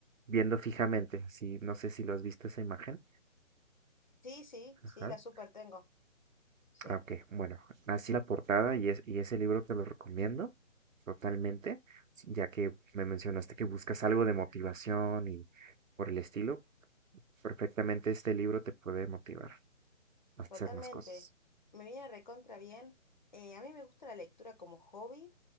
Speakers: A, on the right; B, on the left.
A: viendo fijamente, así, no sé si lo has visto esa imagen,
B: Sí, sí,
A: ajá.
B: sí, la súper tengo. Sí.
A: Ah, ok. Bueno, así la portada y, es, y ese libro te lo recomiendo totalmente, s- ya que me mencionaste que buscas algo de motivación y por el estilo, perfectamente este libro te puede motivar a hacer
B: Totalmente.
A: más cosas.
B: Me viene recontra bien. Eh, a mí me gusta la lectura como hobby.